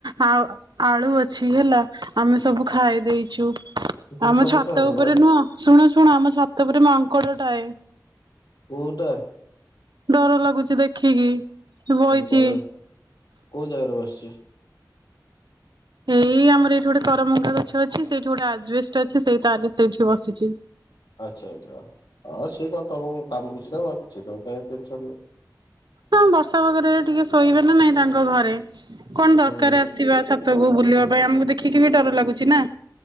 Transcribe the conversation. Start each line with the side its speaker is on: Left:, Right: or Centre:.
Right: ଆଉ ଆଳୁ ଅଛି ହେଲା। ଆମେ ସବୁ ଖାଇ ଦେଇଚୁ।
Left: ଚିକେନ
Right: ଆମ
Left: ସବୁ
Right: ଛାତ
Left: ଖାଇଦେଲ
Right: ଉପରେ ନୁହଁ ଶୁଣ ଶୁଣ ଆମ ଛାତଉପରେ ମାଙ୍କଡ ଟାଏ।
Left: କୋଉଟା
Right: ଡର ଲାଗୁଚି ଦେଖିକି।
Left: <unintelligible>
Right: ବଇଛି
Left: ପଳେ କୋଉ ଜାଗାରେ ବସଚି?
Right: ଏଇ ଆମର ଏଇଠି ଗୋଟେ କରମଙ୍ଗା ଗଛ ଅଛି ସେଇଠି ଗୋଟେ ଆଜବେଷ୍ଟ ଅଛି ସେଇ ତା ଆଗେ ସେଇଠି ବସିଚି।
Left: ଆଚ୍ଛା ଆଚ୍ଛା ଅ ସିଏ କଣ ତମୁକୁ କାମୁଡୁଚି ନା ମାରୁଚି ତମେ କାଇଁ ଟେନସନ୍
Right: ହଁ ବର୍ଷା ପାଗରେ ଟିକେ ଶୋଇବେ ନା ନାଇଁ ତାଙ୍କ ଘରେ। କଣ ଦରକାର
Left: ହୁଁ
Right: ଆସିବା ଛାତକୁ ବୁଲିବା ପାଇଁ ଆମକୁ ଦେଖିକି ବି ଡର ଲାଗୁଛି ନା।